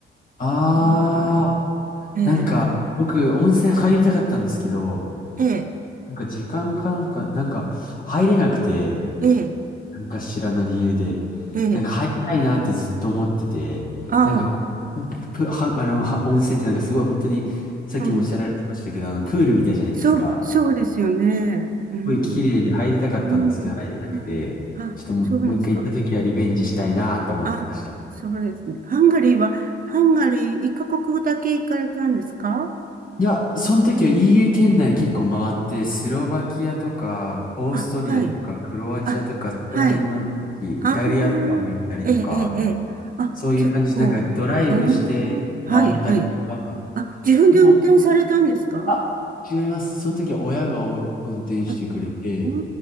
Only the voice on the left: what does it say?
あー、
なんか、僕、温泉入りたかったんですけど、
なんか時間かなんか、なんか入れなくて、
なんか知らぬ理由で、
なんか入りたいなってずっと思ってて、
なんかこうプ、は、あの、は温泉ってなんかすごい本当に、さっきもおっしゃられてましたけど、
あの、プールみたいじゃないですか。
す
ごい綺麗で入りたかったんですけど、
入れなくて、
ちょっともう、
もう一回行った時はリベンジしたいなと思ってました。
いや、その時は EU 圏内結構回って、スロバキアとか、オーストリアとか、
クロアチアとか、
そこら辺の地域、
イタリアとかも行ったりとか、
そういう感じで、
なんかドライブして回ったりとか、
でも、あ、違います。その時は親がお運転してくれて、